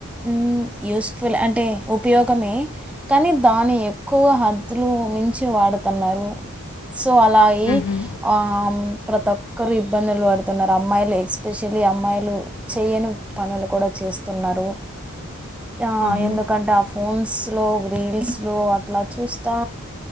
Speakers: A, in the centre; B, on the left.
A: హు యూసఫుల్ అంటే ఉపయో గమే కానీ దాని ఎక్కువ హద్దులు
B: మ్మ్.
A: మించి వాడుతున్నారు. సో అలా ఆయి
B: మ్మ్.
A: ఆమ్ ప్రతి ఒక్కరు ఇబ్బందులు పడుతున్నారు అమ్మాయిలు ఎక్స్ ఎస్పెషలీ అమ్మాయిలు చేయని పనులు కూడా చేస్తున్నారు. యా
B: ఆహా.
A: ఎందుకంటే ఆ ఫోన్స్లో రీల్స్లో అట్లా చూస్తా